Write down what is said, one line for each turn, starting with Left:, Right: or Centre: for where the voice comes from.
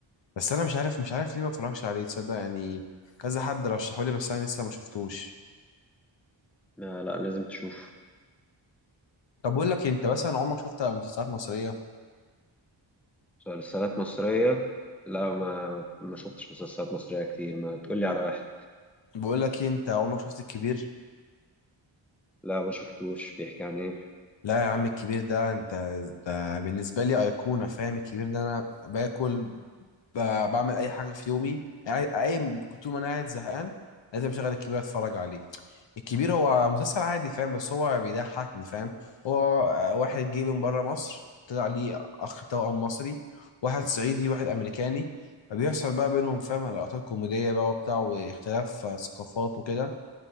Left: بس انا مش عارف مش عارف ليه ما اتفرجش عليه تصدق يعني كذا حد رشحه لي بس انا لسه ما شفتوش
Centre: لا لا لازم تشوف
Left: طب بقول لك إيه، انت مثلا عمرك شفت مسلسلات مصريه
Centre: مسلسلات مصرية لا ما ما شفتش مسلسلات مصرية كتير ما تقولي على واحد
Left: بقول لك إيه، انت عمرك شفت الكبير
Centre: لا ما شفتوش بيحكي عن ايه
Left: لا يا عم الكبير ده انت ده بالنسبه لي ايقونه فاهم الكبير ده انا باكل ب- بعمل اي حاجه في يومي قاعد- قايم كنت طول ما انا قاعد زهقان لازم اشغل الكبير اتفرج عليه الكبير هو مسلسل عادي فاهم بس هو بيضحكني فاهم هو واحد جه من بره مصر طلع ليه اخ توأم مصري واحد صعيدي واحد امريكاني فبيحصل بقى بينهم فاهم لقطات كوميديه بقى وبتاع واختلاف ثقافات وكده